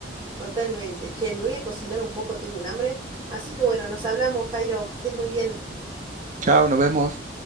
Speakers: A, on the right; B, on the right.
A: Totalmente. Che, me voy a cocinar un poco, tengo un hambre. Así que bueno, nos hablamos, Jairo, que estés muy bien.
B: Chao, nos vemos.